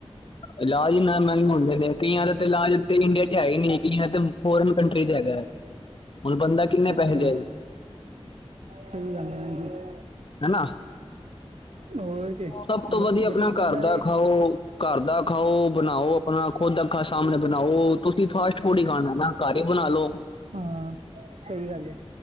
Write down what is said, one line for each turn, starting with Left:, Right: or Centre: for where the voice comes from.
Left: ਇਲਾਜ ਏਨੇ ਮਹਿੰਗੇ ਹੁੰਦੇ ਨੇ ਕਈਆਂ ਦਾ ਇਲਾਜ ਇੰਡੀਆ ਚ ਹੈ ਹੀ ਨਹੀਂ ਕਈਆਂ ਤੇ ਫੋਰਨ ਕੰਟਰੀ ਚ ਹੈਗਾ ਹੈ। ਹੁਣ ਬੰਦਾ ਕਿੰਨੇ
Right: ਅੱਛਾ
Left: ਪੈਸੇ ਦੇ
Right: ਸਹੀ ਗੱਲ ਹੈ ਜੀ।
Left: ਹਨਾ
Right: ਹੋਰ ਕੇ
Left: ਸਭ ਤੋਂ ਵਧੀਆ
Right: ਗ਼ਰੀਬ
Left: ਆਪਣਾ ਘਰ
Right: ਬੰਦਾ
Left: ਦਾ
Right: ਤੇ
Left: ਖਾਓ। ਘਰ ਦਾ ਖਾਓ ਬਣਾਓ ਆਪਣਾ ਖੁਦ ਅੱਖਾਂ ਸਾਹਮਣੇ ਬਣਾਓ ਤੁਸੀਂ ਫਾਸਟ ਫੂਡ ਹੀ ਖਾਣਾ ਨਾ ਘਰ ਹੀ ਬਣਾ ਲੋ
Right: ਹਾਂ ਸਹੀ ਗੱਲ ਹੈ